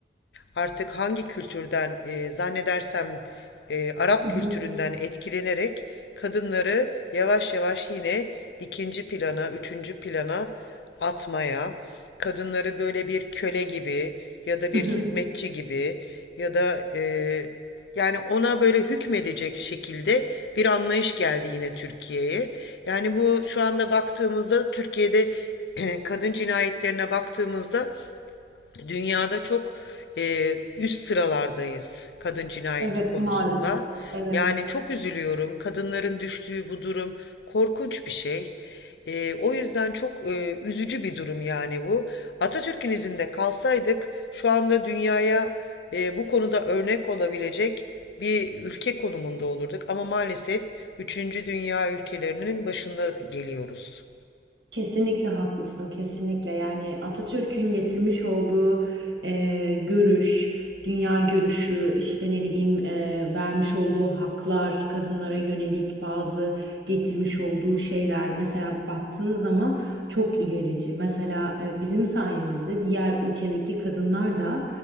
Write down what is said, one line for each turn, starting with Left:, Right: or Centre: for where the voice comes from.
Left: artık hangi kültürden e, zannedersem e, Arap
Right: Hı hı.
Left: kültüründen etkilenerek kadınları yavaş yavaş yine ikinci plana, üçüncü plana atmaya kadınları böyle bir köle gibi ya da
Right: Hı
Left: bir
Right: hı.
Left: hizmetçi gibi ya da e, yani ona böyle hükmedecek şekilde bir anlayış geldi yine Türkiye'ye. Yani bu şu anda baktığımızda Türkiye'de <clears throat> kadın cinayetlerine baktığımızda Dünyada çok e, üst sıralardayız kadın cinayeti
Right: Evet
Left: konusunda.
Right: maalesef. Evet.
Left: Yani çok üzülüyorum. Kadınların düştüğü bu durum korkunç bir şey. E, o yüzden çok e, üzücü bir durum yani bu. Atatürk'ün izinde kalsaydık şu anda dünyaya e, bu konuda örnek olabilecek bir ülke konumunda olurduk. Ama maalesef üçüncü dünya ülkelerinin başında geliyoruz.
Right: Kesinlikle haklısın, kesinlikle. Yani Atatürk'ün getirmiş olduğu e, görüş, dünya görüşü, işte ne bileyim e, vermiş olduğu haklar, kadınlara yönelik bazı getirmiş olduğu şeyler. Mesela baktığın zaman çok ilerici. Mesela e, bizim sayemizde diğer ülkedeki kadınlar da